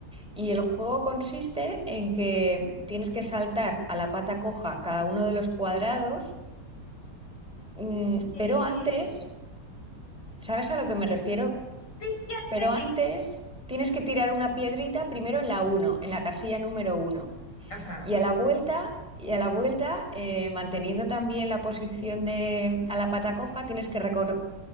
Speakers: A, in the centre; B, on the left.
A: Y el juego consiste en que tienes que saltar a la pata coja cada uno de los cuadrados, mm,
B: Ey,
A: pero antes, ¿sabes a lo que me refiero?
B: Sí, ya sé.
A: pero antes tienes que tirar una piedrita primero en la uno, en la casilla número uno.
B: Ajá,
A: Y a la vuelta, y a la vuelta eh, manteniendo también la posición de a la pata coja, tienes que recoger